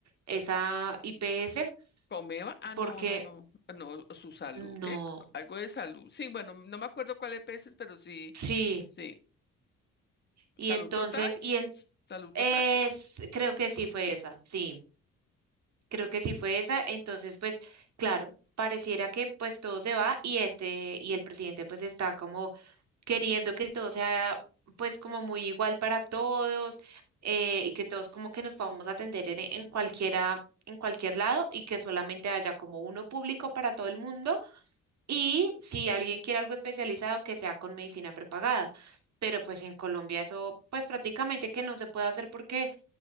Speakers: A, on the right; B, on the left.
A: esa IPS
B: Comeba, ah, no,
A: porque
B: no, no, no, su salud,
A: no,
B: ¿qué? Algo de salud. Sí, bueno, no me acuerdo cuál es peces, pero sí,
A: sí.
B: sí.
A: Y
B: Salud
A: entonces,
B: total,
A: y en,
B: s- salud total,
A: es, creo que sí fue esa, sí, creo que sí fue esa. Entonces, pues claro, pareciera que pues todo se va y este, y el presidente pues está como queriendo que todo sea pues como muy igual para todos eh, y que todos como que nos podamos atender en, en cualquiera, en cualquier lado y que solamente haya como uno público para todo el mundo y si alguien quiere algo especializado que sea con medicina prepagada. Pero pues en Colombia eso pues prácticamente que no se puede hacer porque